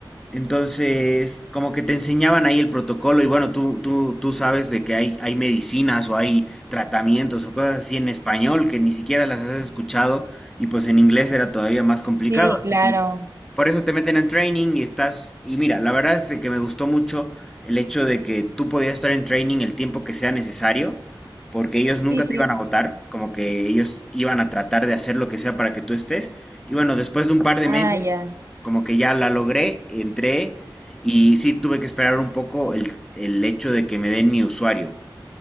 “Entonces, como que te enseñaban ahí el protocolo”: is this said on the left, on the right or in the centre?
Centre